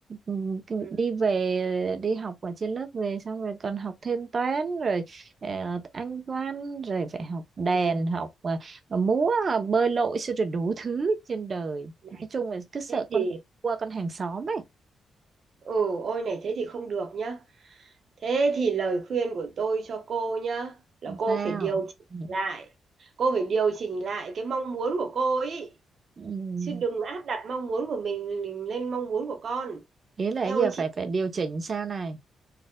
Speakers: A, on the right (about 45°); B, on the right (about 60°).
A: ừ, cứ
B: Ừ,
A: đi về đi học ở trên lớp về xong rồi còn học thêm toán rồi ờ, anh văn rồi phải học đàn
B: ừ.
A: học ờ, múa ờ, bơi lội xong rồi đủ thứ trên đời
B: Này
A: nói chung là cứ sợ
B: thế thì,
A: con qua con hàng xóm ấy
B: ừ, ôi này thế thì không được nhá. Thế thì lời khuyên của tôi cho cô nhá là
A: không
B: cô
A: sao
B: phải điều chỉnh
A: ừ.
B: lại. Cô phải điều chỉnh lại cái mong muốn của cô ấy,
A: Ừ.
B: Chứ đừng áp đặt mong muốn của mình lên mong muốn của con.
A: ý là
B: Eo
A: giờ
B: ơi chị
A: phải phải điều chỉnh sao này